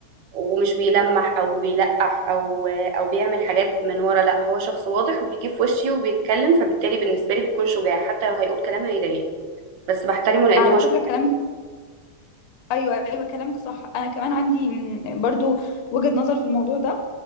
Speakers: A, on the right; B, on the left.
A: ومش بيلمح او بيلقح او او بيعمل حاجات من ورا لا هو شخص واضح وبيجي في وشي وبيتكلم فبالتالي بالنسبه لي بيكون شجاع حتى لو هيقول كلام هيضايقني بس بحترمه لان
B: على
A: هو شخص
B: فكرة كلامك ايوه ايوه كلامك صح انا كمان عندي م- برضو وجهة نظر في الموضوع ده